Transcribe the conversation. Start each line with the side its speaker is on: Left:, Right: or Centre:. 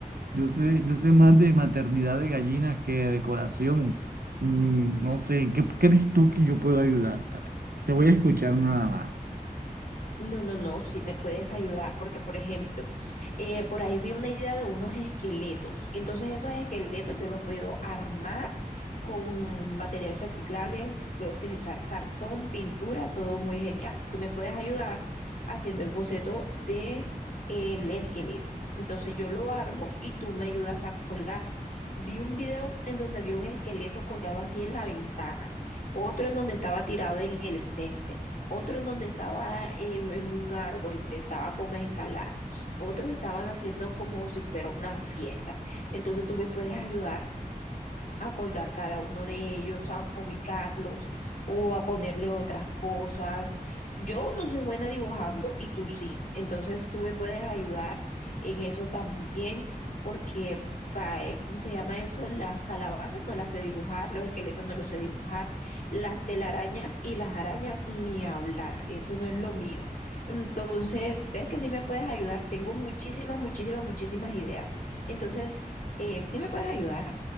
Right: Yo sé, yo sé más de maternidad de gallinas que de decoración. Mm, no sé, ¿en ¿qué crees tú que yo puedo ayudarte? A ver, Te voy a escuchar nada más.
Left: No, no, no, sí me puedes ayudar, porque por ejemplo, eh, por ahí vi una idea de unos esqueletos. Entonces esos esqueletos yo los puedo armar con material reciclable, voy a utilizar cartón, pintura, todo muy genial. Tú me puedes ayudar haciendo el boceto de el esqueleto. Entonces yo lo armo y tú me ayudas a colgarlo. Vi un video en donde vi un esqueleto colgado así en la ventana, otro en donde estaba tirado en el césped otro en donde estaba en, en un árbol, intentaba como escalar, otros estaban haciendo como si fuera una fiesta. Entonces tú me puedes ayudar a colgar cada uno de ellos, a ubicarlos o a ponerle otras cosas. Yo no soy buena dibujando y tú sí. Entonces tú me puedes ayudar en eso también porque cae, ¿cómo se llama eso? Las calabazas no las sé dibujar, los esqueletos no los sé dibujar, las telarañas y las arañas ni hablar. Eso no es lo mío. Entonces, ves que sí me puedes ayudar. Tengo muchísimas, muchísimas, muchísimas ideas. Entonces, eh, sí me puedes ayudar.